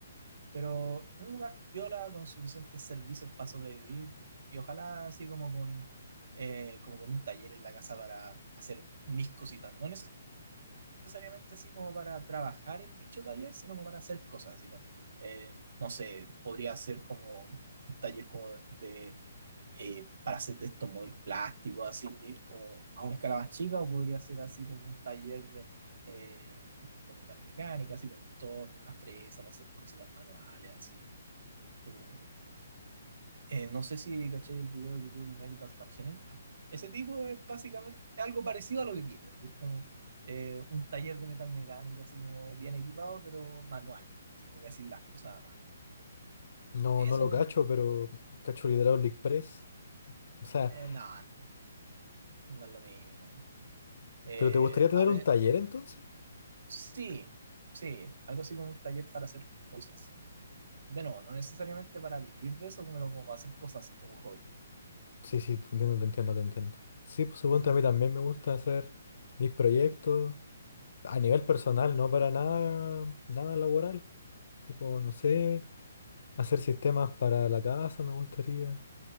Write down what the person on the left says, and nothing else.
No,
no lo cacho, pero cacho el Hydraulic Press. O sea,
¿pero te gustaría tener
un taller entonces?
Sí, sí, te entiendo, te entiendo, te entiendo. Sí, por supuesto, a mí también me gusta hacer mis proyectos a nivel personal, no para nada, nada laboral. Tipo, no sé. Hacer sistemas para la casa me gustaría.